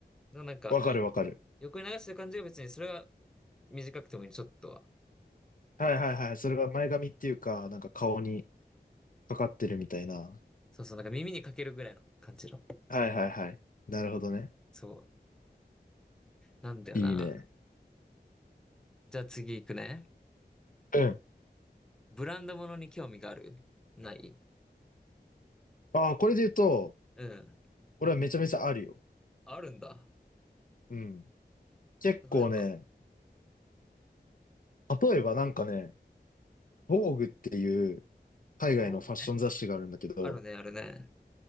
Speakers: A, in the centre; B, on the left.
A: のなんか、
B: わかるわかる。
A: 横に流してる感じが別にそれは短くてもいいちょっとは。
B: はいはいはい。それが前髪っていうか、なんか顔にかかってるみたいな。
A: そうそう、なんか耳にかけるぐらいの感じの。
B: はいはいはい。なるほどね。
A: そう。なんだよな。
B: いいね。
A: じゃあ次行くね。
B: うん。
A: ブランド物に興味があるない
B: ああ、これで言うと、
A: うん。
B: 俺はめちゃめちゃあるよ。
A: あるんだ。
B: うん。結構ね、
A: 例えば。
B: 例えばなんかね、Vogue っていう海外のファッション雑誌があるんだけど、
A: あ、僕ね。あるね、あるね。